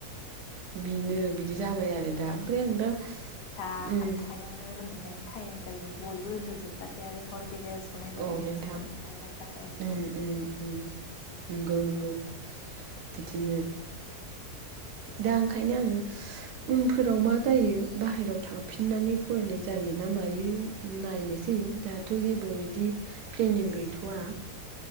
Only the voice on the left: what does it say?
आदथायावनो
उन्दुनायनि टाइम जायो बयबो उन्दुजोबबाथाय आरो हर गेजेर सनाय बायदि
मोनसै दसथा एगार'था टाइमखौ
औ